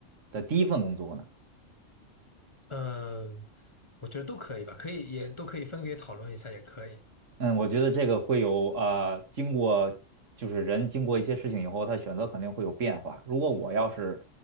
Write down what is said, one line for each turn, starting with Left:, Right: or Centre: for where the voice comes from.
Right: 的第一份工作呢？
Left: 嗯，我觉得都可以吧，可以也都可以分别讨论一下，也可以。
Right: 嗯，我觉得这个会有呃，经过就是人经过一些事情以后，他选择肯定会有变化。如果我要是